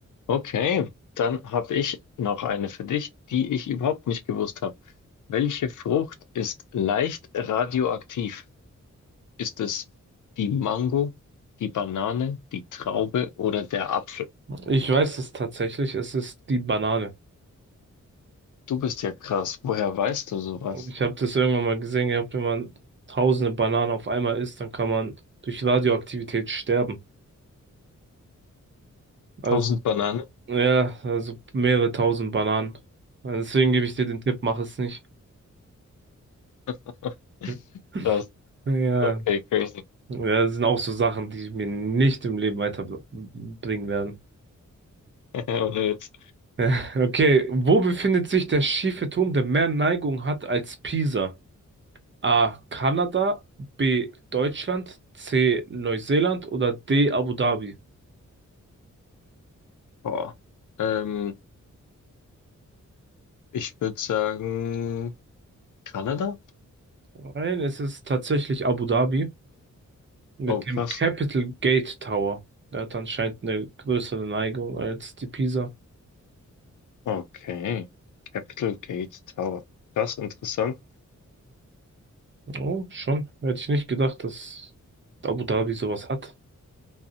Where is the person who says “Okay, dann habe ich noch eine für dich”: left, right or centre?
Left